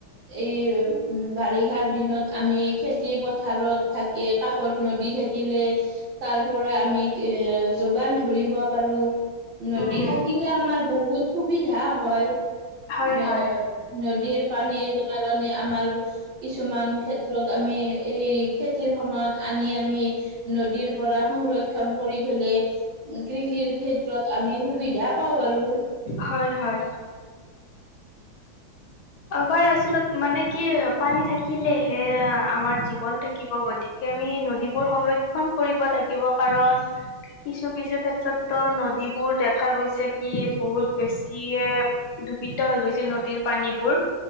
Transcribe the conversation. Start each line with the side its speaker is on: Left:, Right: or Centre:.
Right: এই বাৰিষা ষাৰ দিনত আমি খেতি পথাৰত থাকি কাষত নদী থাকিলে তাৰ পৰাই আমি এ যোগান ধৰিব পাৰোঁ নদী
Left: উম,
Right: থাকিলে
Left: উম,
Right: আমাৰ বহুত সুবিধা হয় এ
Left: হয়, হয়,
Right: নদীৰ পানীৰ কাৰণে আমাৰ কিছুমান ক্ষেত্ৰত আমি এই খেতিৰ সময়ত আনি আমি নদীৰ পৰা সংৰক্ষণ কৰি পেলে কৃষিৰ ক্ষেত্ৰত আমি সুবিধা পাওঁ আৰু
Left: হয় হয় আপাৰ আচলত মানে কি পানী থাকিলেহে আমাৰ জীৱন থাকিব গতিকে আমি নদীবোৰ সংৰক্ষণ কৰিব লাগিব কাৰণ কিছু কিছু ক্ষেত্ ত নদীবোৰ দেখা গৈছে কি বহুত বেছি, <unintelligible> দূষিত হৈ গৈছে নদীৰ পানীবোৰ।